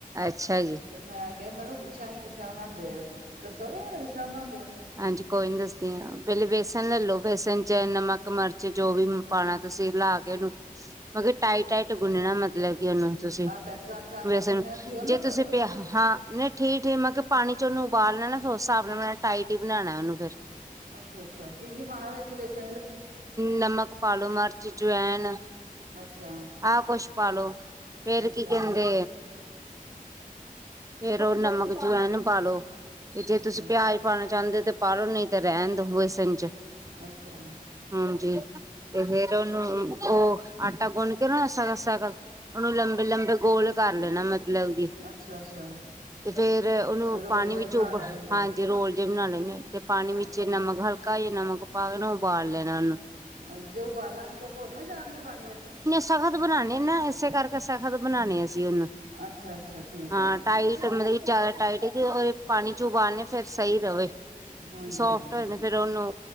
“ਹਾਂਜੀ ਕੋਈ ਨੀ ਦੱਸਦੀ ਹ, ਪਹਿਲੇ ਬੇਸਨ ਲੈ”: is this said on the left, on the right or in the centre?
Right